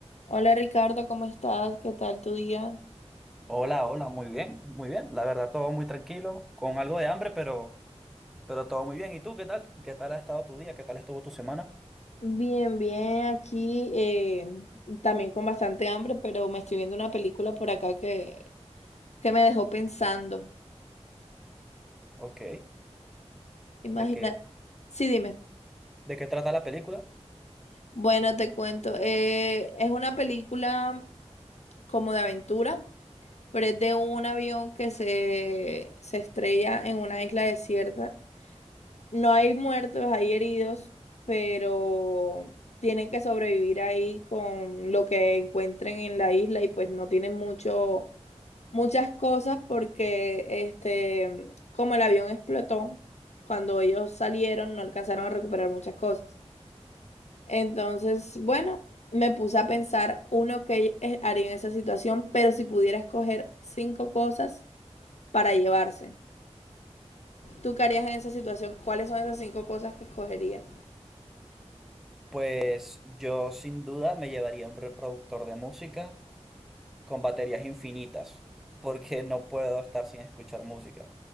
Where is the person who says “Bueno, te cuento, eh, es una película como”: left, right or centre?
Left